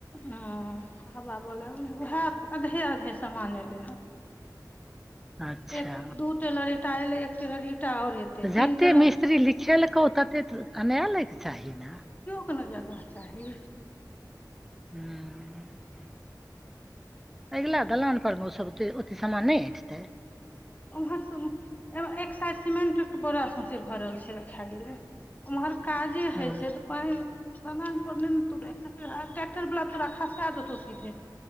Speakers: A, on the left; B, in the centre.
A: ह आब हबा बहर लागलै उएह आधे आधे समान एलै हन
B: अच्छा
A: एक दू टेलर ईटा एलै एक टेलर ईटा आओर एतै
B: तऽ जते
A: तीन टेलर
B: मिस्त्री लिखेलकौ तते तऽ अनैय लैके चाही ने
A: कोनो जगह चाही
B: हू अगिला दलानपरमे ओसब ओतेक समान नहि अटतै
A: उम्हर सब एक साइड सिमेंट के बोड़ा सौंसे भरल छै रखा गेल छै उम्हर काजे
B: हँ
A: होय छै तऽ पानि कोन दलान पर नहि ने तूं ट्रेक्टर वाला तोरा खसा देतौ सीधे